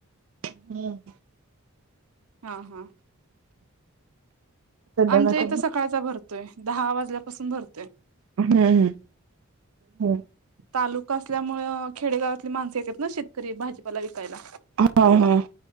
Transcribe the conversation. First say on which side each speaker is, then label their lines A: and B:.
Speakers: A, on the right; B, on the right.
A: हम्म
B: हा हा.
A: संध्याकाळच्या
B: आमच्या इथं सकाळचा भरतोय. दहा वाजल्यापासून भरतोय.
A: हम्म हम्म, हो.
B: तालुका असल्यामुळं खेडेगावातली मानसं येत्यात ना शेतकरी भाजीपाला विकायला.
A: हा हा.